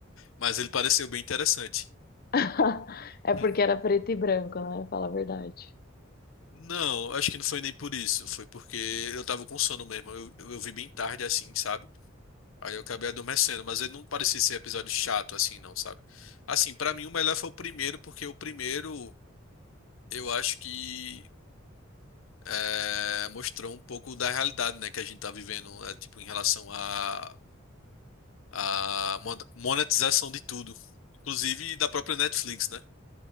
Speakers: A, on the left; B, on the left.
A: mas ele pareceu bem interessante.
B: <laughs> É porque
A: Hum.
B: era preto e branco, né? Fala a verdade.
A: Não, acho que não foi nem por isso, foi porque eu tava com sono mesmo, eu, eu, eu vi bem tarde assim, sabe? Aí eu acabei adormecendo, mas ele não parecia ser episódio chato assim, não, sabe? Assim, pra mim o melhor foi o primeiro, porque o primeiro eu acho que é, mostrou um pouco da realidade, né, que a gente tá vivendo, é, tipo, em relação à à mon- monetização de tudo, inclusive da própria Netflix, né?